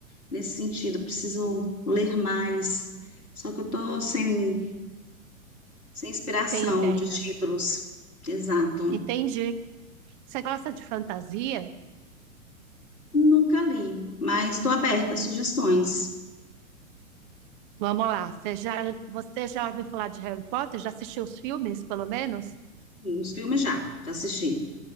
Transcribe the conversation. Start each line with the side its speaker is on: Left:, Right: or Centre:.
Left: nesse sentido, preciso ler mais. Só que eu tô sem sem inspiração
Right: Tem ideias?
Left: de títulos. Exato.
Right: Entendi. Você gosta de fantasia?
Left: Nunca li, mas estou aberta a sugestões.
Right: Vamos lá. Você já, você já ouviu falar de Harry Potter? Já assistiu os filmes, pelo menos?
Left: Os filmes já, já assisti.